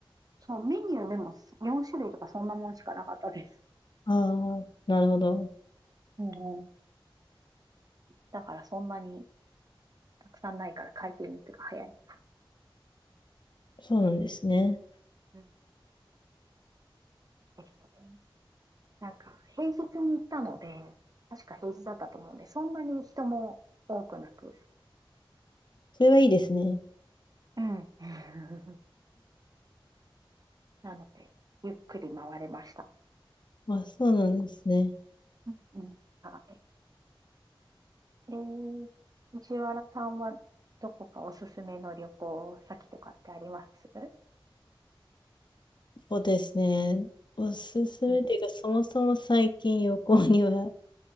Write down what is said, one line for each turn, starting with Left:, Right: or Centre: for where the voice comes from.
Right: そう、メニューでも4種類とかそんなもんしかなかったです。
Left: ああ、なるほど。
Right: うんうん。だからそんなにたくさんないから回転率が早い
Left: そうなんですね。
Right: うんですね。なんか、平日に行ったので、確か平日だったと思うんで、そんなに人も多くなく、
Left: それはいいですね。
Right: うん。<laughs> なので、ゆっくり回れました。
Left: あ、そうなんですね。
Right: うんうん。はい。えー、藤原さんはどこかおすすめの旅行先とかってあります
Left: そうですね。おすすめっていうか、
Right: うん
Left: そもそも最近旅行には